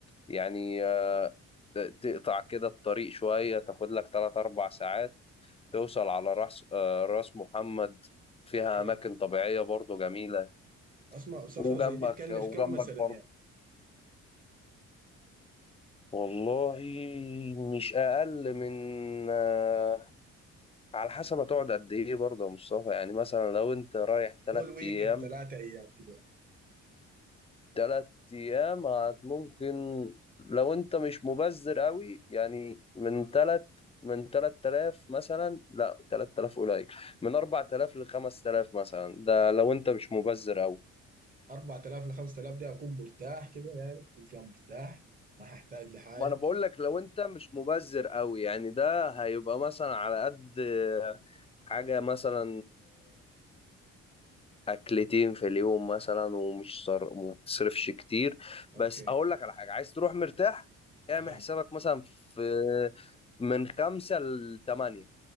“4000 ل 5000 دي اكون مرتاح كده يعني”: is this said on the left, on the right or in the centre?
Right